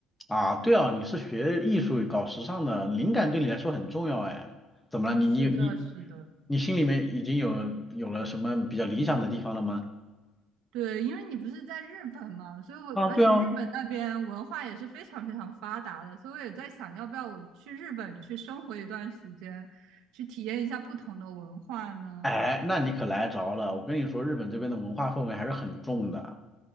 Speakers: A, in the centre; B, on the right.
A: 啊，对哦，你是学艺术搞时尚的，灵感对你来说很重要哎。怎么了？你你你
B: 是的，是的。
A: 你心里面已经有有了什么比较理想的地方了吗？
B: 对，因为你不是在日本嘛，所以我而且日本那边文化也是非常非常发达的，
A: 啊，对哦，
B: 所以我也在想，要不要我去日本去生活一段时间，去体验一下不同的文化呢？
A: 哎，那你可来着了。我跟你说，日本这边的文化氛围还是很重的